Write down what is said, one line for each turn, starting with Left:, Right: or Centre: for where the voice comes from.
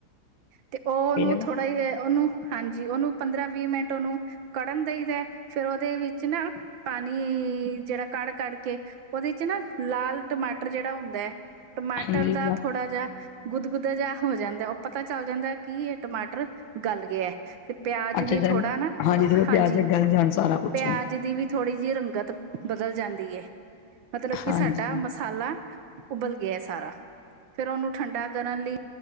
Right: ਤੇ ਉਹਨੂੰ
Left: ਫੇਰ
Right: ਥੋੜੇ <unintelligible> ਉਹਨੂੰ ਹਾਂਜੀ, ਉਹਨੂੰ ਪੰਦਰਾਂ- ਵੀਹ ਮਿੰਟ ਉਹਨੂੰ ਕੜਨ ਦਈ ਦਾ ਫੇਰ ਉਹਦੇ ਵਿੱਚ ਨਾਂ <unintelligible> ਜਿਹੜਾ ਕੜ-ਕੱੜ ਕੇ ਉਹਦੇ ਚ ਨਾ ਲਾਲ ਟਮਾਟਰ ਜਿਹੜਾ ਹੁੰਦਾ ਟਮਾਟਰ
Left: ਹਾਂਜੀ
Right: ਦਾ ਥੋੜਾ ਜਿਹਾ ਗੁਦ, ਗੁਦਾ ਜਿਹਾ ਹੋ ਜਾਂਦਾ, ਉਹ ਪਤਾ ਚੱਲ ਜਾਂਦਾ ਕੀ ਇਹ ਟਮਾਟਰ ਗਲ ਗਿਆ। ਤੇ ਪਿਆਜ
Left: ਅੱਛਾ
Right: ਵੀ
Left: ਜ
Right: ਥੋੜ੍ਹਾ ਨਾਂ ਉਹ
Left: ਥੋੜੇ
Right: ਹਾਂਜੀ
Left: ਪਿਆਜ ਗਲ ਜਾਣ ਸਾਰਾ ਕੁਛ
Right: ਪਿਆਜ ਦੀ ਵੀ ਥੋੜ੍ਹੀ ਜਿਹੀ ਰੰਗਤ ਬਦਲ ਜਾਂਦੀ ਐ। ਮਤਲਬ ਕਿ
Left: ਹਾਂਜੀ
Right: ਸਾਡਾ ਮਸਾਲਾ ਉਬਲ ਗਿਆ ਸਾਰਾ ਫੇਰ ਉਹਨੂੰ ਠੰਡਾ ਕਰਨ ਲਈ